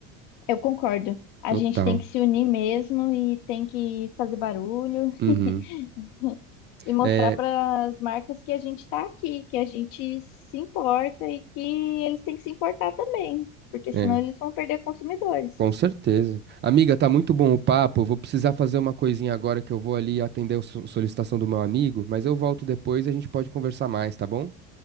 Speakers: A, on the left; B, on the right.
A: Eu concordo. A
B: Total.
A: gente tem que se unir mesmo e tem que fazer barulho
B: Uhum.
A: <laughs> e mostrar
B: É,
A: para as marcas que a gente está aqui, que a gente se importa e que eles têm que se importar também, porque senão
B: É,
A: eles vão perder consumidores.
B: com certeza. Amiga, tá muito bom o papo. Vou precisar fazer uma coisinha agora que eu vou ali atender a so- solicitação do meu amigo, mas eu volto depois e a gente pode conversar mais, tá bom?